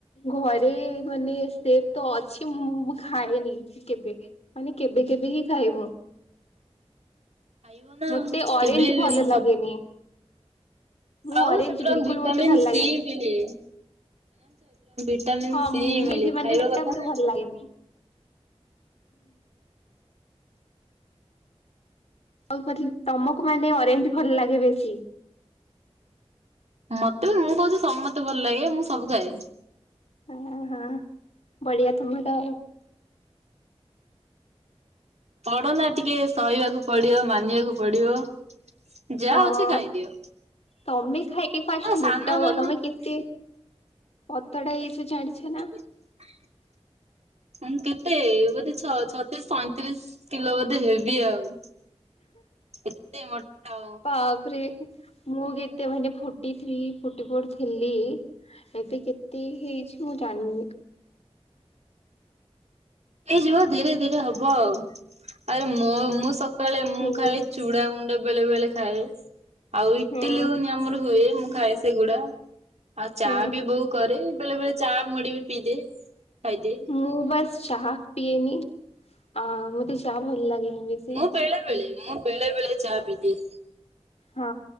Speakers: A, on the left; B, on the right.
A: ଘରେ ମାନେ ସେ ତ ଅଛି। ମୁଁ ଖାଏନି କେବେ? ମାନେ କେବେ କେବେ ହିଁ ଖାଇବ।
B: ଖାଇବ ନା
A: ମତେ
B: ଆଉ
A: ଅରେଞ୍ଜ
B: କେବେ
A: ଭଲ ଲାଗେନି।
B: ସବୁ
A: ମୁଁ
B: ଆଉ
A: ଅରେଞ୍ଜ
B: ସେଥିରୁ
A: ବିଲକୁଲ
B: ଆମକୁ ଭିଟାମିିନ
A: ମତେ ଭଲ
B: ସି
A: ଲାଗେନି
B: ମିଳେ। <unintelligible>
A: ହଁ,
B: ସି ମିଳେ
A: ମୁଁ ମାନେ
B: ଖାଇବା
A: ସେଟା
B: କଥା ନା।
A: ଭଲ ଲାଗେନି। ଆଉ ତମକୁ ମାନେ ଅରେଞ୍ଜ ଭଲ ଲାଗେ ବେଶୀ?
B: ମତେ ବି ମୁଁ କହୁଛି ସମସ୍ତେ ଭଲ ଲାଗେ। ମୁଁ ସବୁ ଖାଏ।
A: ହଁ, ହଁ, ବଢିଆ ତମର ଆଉ।
B: ବଡ଼ ନା ଟିକେ ସହିବାକୁ ପଡିବ, ମାନିବାକୁ ପଡିବ। ଯାହା
A: ହଁ,
B: ଅଛି ଖାଇଦିଅ।
A: ତମେ ଖାଇକି ଫାଷ୍ଟ
B: ହଁ ସାନ
A: ମୋଟା
B: ମାନେ
A: ହୁଅ, ତମେ କେ କେତେ ପତଳା ହେଇଯାଇଛ ଜାଣିଛ ନା?
B: <inaudible> ମୁଁ କେତେ ବୋଧେ ଛ ଛତିଶ୍ ଶଇଁତିରିଶ କିଲୋ ବୋଧେ ହେବି ଆଉ। ଏତେ ମୋଟା।
A: ବାପରେ ମୁଁ କେତେ ମାନେ ଫୋର୍ଟି ଥ୍ରୀ ଫୋଟି ଫୋର ଥିଲି ଏବେ କେତେ ହେଇଛି ମୁଁ ଜାଣିନି?
B: ହେଇଯିବ ଧୀରେ ଧୀରେ ହବ ଆଉ। ଆରେ ମୁଁ ମୁଁ ସକାଳେ ମୁଁ
A: ହେଇନି
B: ଖାଇ ଚୁଡା ଗୁଣ୍ଡ ବେଳେ ବେଳେ ଖାଏ। ଆଉ ଇଟିଲି
A: ହୁଁ
B: ଘୁଘୁନି ଆମର ହୁଏ, ମୁଁ ଖାଏ ସେଗୁଡା। ଆଉ ଚା
A: ହୁଁ।
B: ବି ବୋଉ କରେ, ବେଳେ ବେଳେ ଚା ମୁଢି ବି ପିଇଦିଏ। ଖାଇଦିଏ
A: ମୁଁ ବାସ୍ ଚାହା ପିଏନି। ଅ ମତେ ଚା ଭଲ ଲାଗେନି ବି
B: ମୁଁ ବେଳେବେେଳେ, ମୁଁ ବେଳେବେେଳେ ଚା ପିଦିଏ।
A: ହଁ।